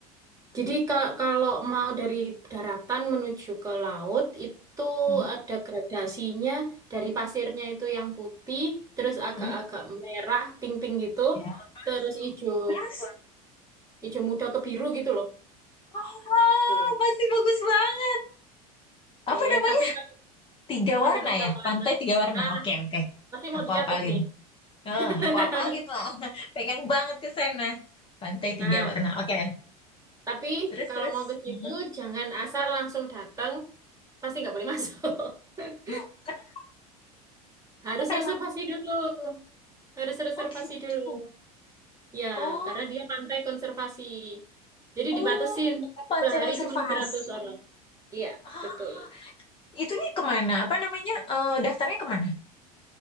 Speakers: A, on the right (about 15°); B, on the left (about 25°).
A: Jadi ka- kalau mau dari daratan menuju ke laut itu
B: Hmm.
A: ada gradasinya dari pasirnya itu yang putih, terus agak-agak
B: Hmm.
A: merah, pink-pink gitu,
B: Ya.
A: terus hijau
B: Terus,
A: hijau muda ke biru gitu loh.
B: oh,
A: Tuh.
B: masih bagus banget. Apa
A: Eh,
B: namanya?
A: tapi kan
B: Tiga
A: pantai
B: warna
A: tiga
B: ya?
A: warna.
B: Pantai tiga warna.
A: Ah,
B: Oke, oke.
A: pasti mau
B: Aku
A: dicatat
B: apalin.
A: nih.
B: ah
A: <laughs>
B: aku apalin lah. <laughs> Pengen banget ke sana. Pantai
A: Nah,
B: Tiga Warna. Oke.
A: tapi
B: Terus,
A: kalau
B: terus.
A: mau ke situ
B: Mhm.
A: jangan asal langsung datang, pasti nggak boleh masuk. <laughs>
B: Loh, kenapa, kenapa
A: Harus reservasi
B: emang?
A: dulu. Harus reservasi
B: Oh, gitu.
A: dulu. Ya,
B: Oh,
A: karena dia pantai konservasi. Jadi
B: oh,
A: dibatasin
B: pantai
A: sehari
B: konservasi.
A: cuma 100 orang. Iya,
B: Ah,
A: betul.
B: itunya kemana? Apa namanya? Eh, daftarnya kemana?